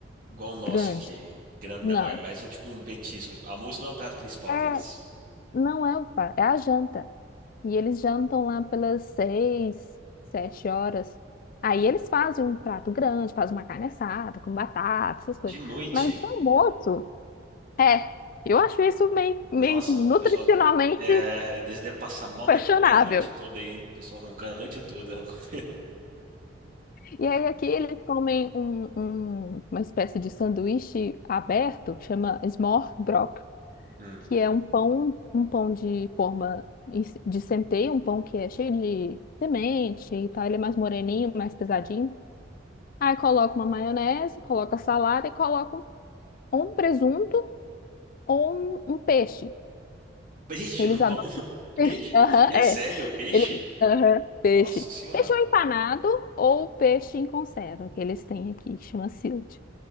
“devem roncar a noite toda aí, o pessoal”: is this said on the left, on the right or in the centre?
Right